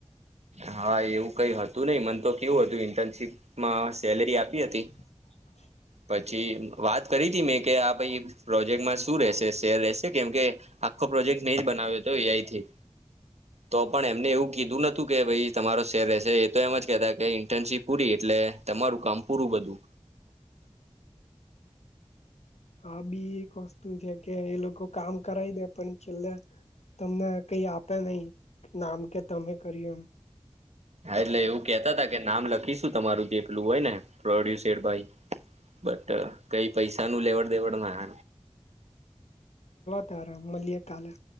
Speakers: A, on the right; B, on the left.
A: હા એવું કઈ હતું નઈ મને તો કેવું હતું ઇન્ટર્નશીપમાં સેલરી આપી હતી
B: <inaudible>
A: પછી વાત કરી હતી મેં કે આ પાઈ પ્રોજેક્ટમાં શું રહેશે શેર રહેશે કેમ કે આખો જેક નહી બનાવ્યો હતો એઈથી તો પણ એમને એવું કીધું નથી કે ભાઈ તમારો શેર રહેશે એ તો એમ જ કેતા કે ઇન્ટર્નશીપ પૂરી એટલે તમારું કામ પૂરું બધું
B: હા બી એક વસ્તુ છે કે એ લોકો કામ કરાઈ દે પણ છેલ્લે તમને કઈ આપે નહી નામ કે તમે કર્યું એમ.
A: હા એટલે એવું કેતા હતા કે નામ લખીશું તમારું જે પેલું હોય ને પ્રોડ્યુસ ભાઈ. બટ કઈ પૈસા નું લેવડ દેવડ ના.
B: ત મલ્યે કાલે.